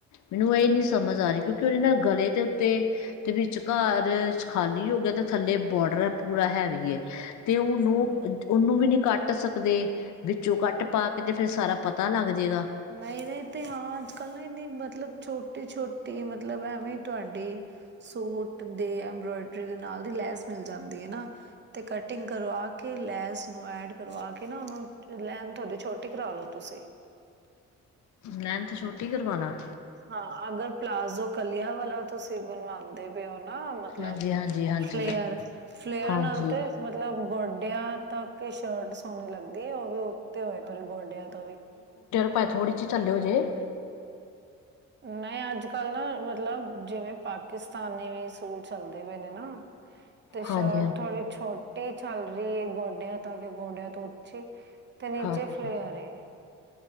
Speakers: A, on the left; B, on the right.
A: ਮੈਨੂੰ ਇਹ ਨਹੀਂ ਸਮਝ ਆ ਰਹੀ ਕਿਉਂਕਿ ਉਹਦੇ ਨਾਲ ਗਲੇ ਦੇ ਉੱਤੇ ਦੇ ਵਿਚ ਘਰ ਖਾਲੀ ਹੋ ਗਿਆ ਤਾਂ ਥੱਲੇ ਬੋਡਰ ਹੈ। ਪੂਰਾ ਹੈ ਵੀ ਹੈ। ਤੇ ਉਹਨੂੰ
B: ਸਮਝ ਗਈ।
A: ਉਹਨੂੰ ਵੀ ਨਹੀਂ ਕੱਟ ਸਕ ਦੇ ਵਿੱਚੋਂ ਕੱਟ ਪਾ ਕੇ ਅਤੇ ਫਿਰ ਸਾਰਾ ਪਤਾ ਲੱਗ ਜਾਏਗਾ
B: ਨਹੀਂ, ਨਹੀਂ ਤੇ ਹਾਂ ਅੱਜ, ਕੱਲ ਨਾਨੀ ਮਤਲਬ ਛੋਟ ਛੋਟੀ, ਛੋਟੀ ਮਤਲਬ ਐਵੇਂ ਤੁਹਾਡੀ ਸੂਟ ਦੇ ਐਬ੍ਰੋਇਡਰੀ ਦੇ ਨਾਲ ਦੀ ਲੈਸ ਮਿਲ ਜਾਂਦੀ ਹੈ ਨਾ ਤੇ ਕਟਿੰਗ ਕਰਵਾ ਕੇ ਲੈਸ ਨੂੰ ਐਡ ਕਰਵਾ ਕੇ ਨਾ ਉਹਨੂੰ ਲੈ ਤੁਡੀ ਛੋਟੀ ਕਰਾ ਲੋ। ਤੁਸੀਂ
A: ਲੈਂਥ ਤੇ ਛੋਟੀ ਕਰਵਾ ਲਾ।
B: ਹਾਂ ਅਗਰ ਪਲਾਜ਼ੋ ਕਲੀਆ ਵਾਲਾ ਤੁਸੀਂ ਬਣਵਾਉਂਦੇ ਪਊ । ਨਾ ਮਤਲਬ
A: ਹਾਂਜੀ ਹਾਂਜੀ ਹਾਂਜੀ
B: ਫਲੇਅਰ ਫਲੇਅਰ
A: ਹਾਂਜੀ
B: ਨਾਲ ਤੇ ਮਤਲਬ ਗੋਡਿਆਂ ਤੱਕ ਸ਼ਰਟ ਸੋਹਣੀ ਲੱਗਦੀ ਦੇ ਹੋ ਵੀ ਉੱਤੇ ਹੋਏ ੜੇ ਗੋਡਿਆਂ ਤੋਂ ਵੀ
A: ਭਾਵੇ ਥੋੜੀ ਜਿਹੀ ਚੱਲਿਓ ਹੋ ਜੇ ।
B: ਨਹੀਂ ਅੱਜ, ਕੱਲ ਨਾ ਮਤਲਬ ਜਿਵੇਂ ਪਾਕਿਸਤਾਨੀ ਸੂਟ। ਚੱਲਦੇ ਪਏ ਨੇ ਨਾ ਤੇ
A: ਹਾਂਜੀ
B: ਸ਼ਰਟ
A: ਹਾਂਜੀ
B: ਥੋੜੀ ਛੋਟੀ ਟੀ ਚੱਲ ਰਹੀ ਹੈ ਗੋਡਿਆਂ ਤੱਕ ਗੋਡਿਆਂ ਤੋਂ ਉੱਚੀ। ਤੇ ਨੀਚੇ
A: ਹਾਂਜੀ
B: ਫਲੇਅਰ ਹੈ